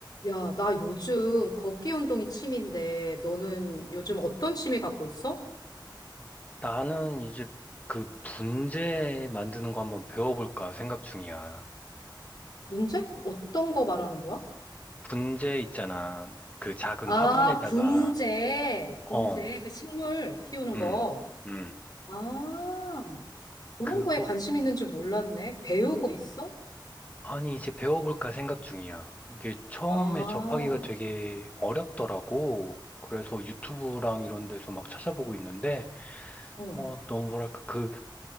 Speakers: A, on the left (about 50°); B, on the left (about 20°).
A: 야, 나 요즘 걷기 운동이 취미인데, 너는 요즘 어떤 취미 갖고 있어?
B: 나는 이제 그 분재 만드는 거 한번 배워볼까 생각 중이야.
A: 문제? 어떤 거 말하는 거야?
B: 분재 있잖아. 그 작은
A: 아,
B: 화분에다가,
A: 분재.
B: 어,
A: 분재. 그 식물 키우는
B: 음,
A: 거.
B: 음.
A: 아, 그런
B: 그거,
A: 거에 관심 있는 줄 몰랐네. 배우고 있어?
B: 아니, 이제 배워볼까 생각 중이야. 이게 처음에
A: 아,
B: 접하기가 되게 어렵더라고. 그래서 유튜브랑 이런 데서 막 찾아보고 있는데,
A: 응.
B: 어, 너무 뭐랄까, 그,